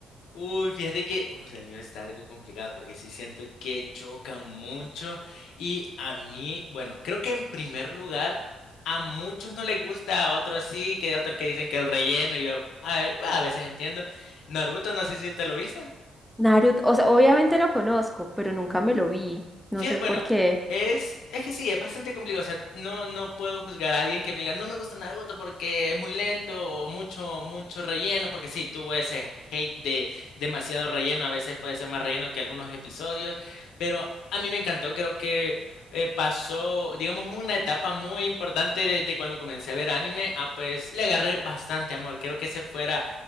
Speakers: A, on the left; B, in the centre.
A: Uy, fíjate que uy, el mío está algo complicado porque sí siento que chocan mucho y a mí, bueno, creo que en primer lugar a muchos no les gusta, a otros sí, que hay otros que dicen que el relleno, y yo a, a veces entiendo. Naruto, no sé si te lo viste.
B: Naruto. O sea, obviamente lo conozco, pero nunca me lo vi. No
A: fíjate,
B: sé
A: bueno,
B: por qué.
A: es, es que sí, es bastante complicado. O sea, no, no puedo juzgar a alguien que me diga, no me gusta Naruto porque es muy lento o mucho, mucho relleno, porque sí, tuvo ese hate de demasiado relleno, a veces puede ser más relleno que algunos episodios, pero a mí me encantó, creo que eh, pasó, digamos, una etapa muy importante de, de cuando comencé a ver anime, a pues le agarré bastante amor, creo que ese fuera